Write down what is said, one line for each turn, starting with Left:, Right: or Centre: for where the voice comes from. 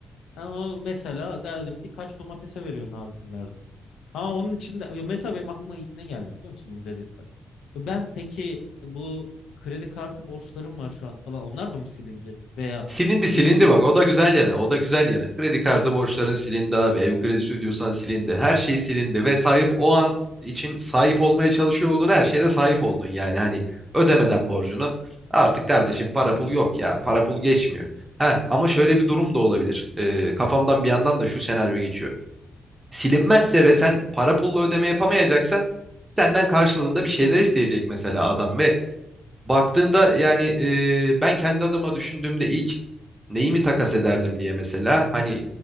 Left: ben onu mesela derdim ki kaç domatese veriyorsun abi bunlardan. Ha onun içinde ya mesela benim aklıma ilk ne geldi biliyor musun bunu dediğimde. Ben peki bu kredi kartı borçlarım var şu an falan onlar da mı silinecek veya
Right: Silindi silindi
Left: evim
Right: bak o da güzel yanı o da güzel yanı. Kredi kartı borçların silindi abi ev kredisi ödüyorsan silindi her şey silindi ve sahip o an için sahip olmaya çalışıyor olduğun her şeye de sahip oldun yani hani ödemeden borcunu artık kardeşim para pul yok ya para pul geçmiyor. Ha ama şöyle bir durum da olabilir Ee, kafamdan bir yandan da şu senaryo geçiyor. Silinmezse ve sen para pulla ödeme yapamayacaksan senden karşılığında bir şeyler isteyecek mesela adam ve Baktığında yani e, ben kendi adıma düşündüğümde ilk neyi mi takas ederdim diye mesela hani